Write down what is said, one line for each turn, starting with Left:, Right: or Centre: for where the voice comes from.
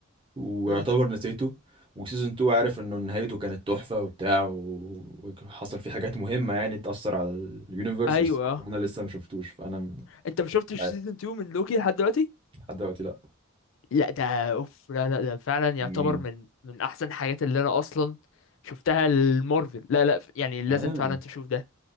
Right: ويعتبر
Left: امم
Right: نسيته وسيزون 2 عارف انه نهايته كانت تحفة وبتاع و- وحصل فيه حاجات مهمة يعني تأثر على اليونيفرس
Left: ايوه
Right: بس انا لسه ما شفتوش فانا مش
Left: انت ما شفتش
Right: عارف
Left: سيزون 2 من لوكي لحد دلوقتي
Right: لحد دلوقتي لا
Left: لا ده اوف لا لا ده فعلا يعتبر
Right: مم.
Left: من من احسن الحاجات اللي انا اصلا شفتها المارفل لا لا يعني لازم
Right: اه
Left: فعلا تشوف ده